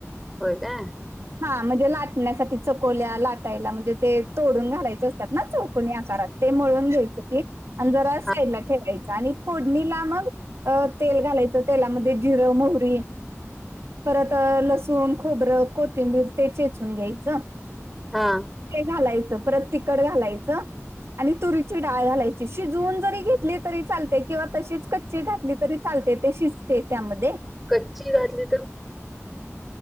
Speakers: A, in the centre; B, on the right.
A: होय का
B: हा म्हणजे लाटण्यासाठी चकोल्या लाटायला म्हणजे ते तोडून घालायचे असतात ना चौकोनी आकारात ते मळून घ्यायचं तीठ आणि जरा साइडला
A: हा
B: ठेवायचं. आणि फोडणीला मग तेल घालायचं तेलामध्ये जिरं मोहरी परत लसूण खोबरं कोथिंबीर ते चेचून घ्यायचं.
A: हा
B: ते घालायचं परत तिकट घालायचं. आणि तुरीची डाळ घालायची शिजवून जरी घेतली. तरी चालते किंवा तशीच कच्ची घातली तरी चालते ते शिजते त्यामध्ये
A: कच्ची घातली.